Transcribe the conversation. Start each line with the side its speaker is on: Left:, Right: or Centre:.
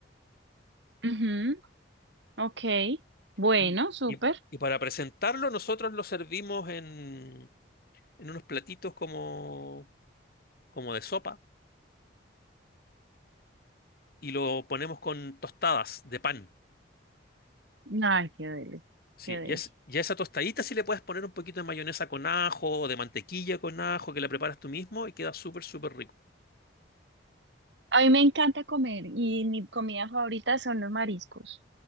Right: Ujú, Ok, bueno,
Left: Y,
Right: súper.
Left: y- y para presentarlo, nosotros lo servimos en, en unos platitos como, como de sopa y lo ponemos con tostadas de pan.
Right: Ay, qué deli,
Left: Sí,
Right: qué deli.
Left: y, es, y a esa tostadita sí le puedes poner un poquito de mayonesa con ajo o de mantequilla con ajo que la preparas tú mismo y queda súper, súper rico.
Right: A mí me encanta comer y mi comida favorita son los mariscos.